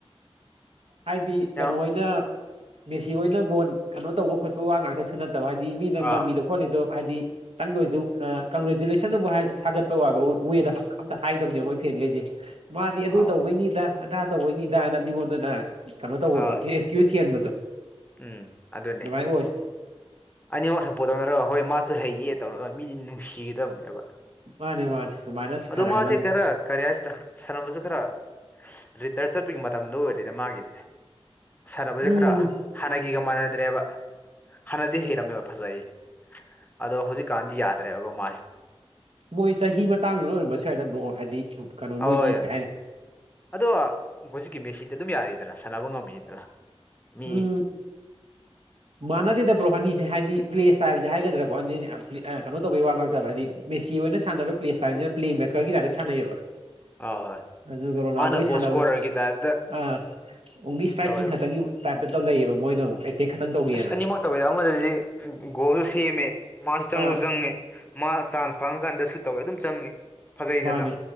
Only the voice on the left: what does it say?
ꯌꯥꯝ
ꯑꯥ
ꯑꯥꯎ
ꯍꯣꯏ
ꯎꯝ ꯑꯗꯨꯅꯦ
ꯑꯅꯤꯃꯛ ꯁꯞꯄꯣꯔꯠ ꯇꯧꯅꯔꯒ ꯍꯣꯏ ꯃꯥꯁꯨ ꯍꯩꯌꯦ ꯇꯧꯔꯒ ꯃꯤꯅ ꯅꯨꯡꯁꯤꯒꯗꯕꯅꯦꯕ
ꯑꯗꯣ ꯃꯥꯁꯦ ꯈꯔ ꯀꯔꯤ ꯍꯥꯏꯁꯤꯔꯥ ꯁꯥꯟꯅꯕꯁꯨ ꯈꯔ ꯔꯤꯇꯥꯏꯌꯔ ꯆꯠꯄꯒꯤ ꯃꯇꯝꯗꯣ ꯑꯣꯏꯔꯦꯗ ꯃꯥꯒꯤꯗꯤ ꯁꯥꯟꯅꯕꯁꯦ
ꯈꯔ ꯍꯅꯅ ꯒꯤꯒ ꯃꯥꯟꯅꯗ꯭ꯔꯦꯕ ꯍꯅ ꯗꯤ ꯍꯩꯔꯝꯃꯦꯕ ꯐꯖꯩ ꯑꯗꯣ ꯍꯧꯖꯤꯛꯀꯥꯟꯗꯤ ꯌꯥꯗ꯭ꯔꯦꯕ ꯃꯥꯁꯦ
ꯍꯣꯏ
ꯑꯗꯣ ꯍꯧꯖꯤꯛꯀꯤ ꯃꯦꯁꯤꯗ ꯑꯗꯨꯝ ꯌꯥꯔꯤꯗꯅ ꯁꯥꯟꯅꯕ ꯉꯝꯃꯤꯗꯅ ꯃꯤ
ꯑ ꯍꯣꯏ
ꯃꯥꯅ ꯒꯣꯜ
ꯏꯁꯀꯣꯔꯔꯒꯤ ꯇꯥꯏꯞꯇ
ꯇꯧꯋꯦꯕ
ꯑꯁ ꯑꯅꯤꯃꯛ ꯇꯧꯋꯦꯗ ꯑꯃꯗꯗꯤ ꯒꯣꯜꯁꯨ ꯁꯦꯝꯃꯦ ꯃꯥꯁꯨ ꯆꯪꯁꯨ
ꯆꯪꯉꯦ ꯃꯥ ꯆꯥꯟꯁ ꯐꯪꯉꯀꯥꯟꯗꯁꯨ ꯇꯧꯋꯤ ꯑꯗꯨꯝ ꯆꯪꯉꯤ ꯐꯖꯩꯗꯅ